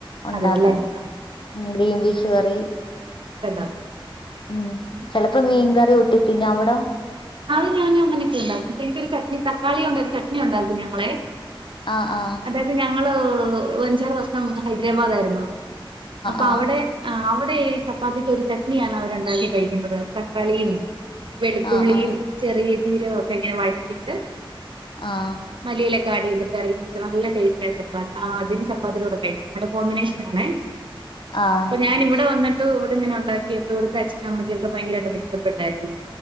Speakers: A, on the left; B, on the right.
A: ഒണ്ടാക്കും
B: അതെല്ലേ ആഹ്
A: ഉം ഗ്രീൻ പീസ് കറി
B: ക്കെണ്ടാക്കും
A: ഉം ചെലപ്പോ മീൻകറികൂട്ടി തിന്നും അവിടോ
B: അതും ഞാനങ്ങനെയൊക്കെ ഉണ്ടാക്കും പക്ഷെ എനിക്കൊരു ചട്നി തക്കാളികൊണ്ടൊരു ചട്നിഒണ്ടാകും ഞങ്ങളെ
A: ആ ആ
B: അത് ഞങ്ങള് അഞ്ചാറുവർഷം ഹൈദരാബാദ് ആയിരുന്നു അപ്പൊ
A: ആഹ്
B: അവടെ ആ അവിടെ ഈ ചപ്പാത്തിക്കൊരു ചട്നിയാണ് അവരോണ്ടാക്കി കഴിക്കുന്നത് തക്കാളിയും. വെളുത്തുള്ളിയും
A: ആഹ്
B: ചെറിയ ജീരകവുമൊക്കെ ഇങ്ങനെ വഴറ്റീട്ട്
A: ആഹ്
B: മല്ലിയിലയൊക്കെ ആഡ് ചെയ്തിട്ട് കറിയുംവെച്ച് നല്ലടേസ്റ്റാണ് ചപ്പാ ആ അതിന് ചപ്പാത്തീടെ കൂടെ കഴിക്കും നല്ല കോമ്പിനേഷനാണേ. <inaudible>
A: ആഹ്
B: ഇപ്പൊ ഞാനിവിടെ വന്നിട്ടു ഇവിടെ ഞാൻ ഒണ്ടാക്കിയപ്പൊ ഇവിടത്തെ അച്ഛനു അമ്മക്കൊക്കെ ഭയങ്കരായിട്ട് അത് ഇഷ്ടപ്പെട്ടാരുന്നു.